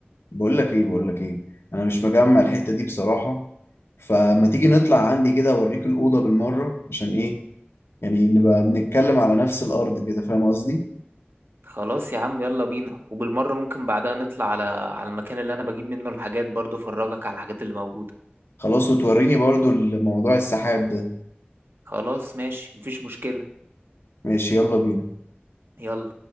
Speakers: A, on the left; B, on the right.
A: بقول لك ايه بقول لك ايه انا مش مجمع الحته دي بصراحه فما تيجي نطلع عندي كده اوريك الاوضه بالمره عشان ايه يعني نبقى بنتكلم على نفس الارض كده فاهم قصدي
B: خلاص يا عم يلا بينا وبالمره ممكن بعدها نطلع على على المكان اللي انا بجيب منه الحاجات برضه افرجك على الحاجات اللي موجوده
A: خلاص وتوريني برضو الموضوع السحاب ده
B: خلاص ماشي مفيش مشكلة
A: ماشي يلا بينا
B: يلا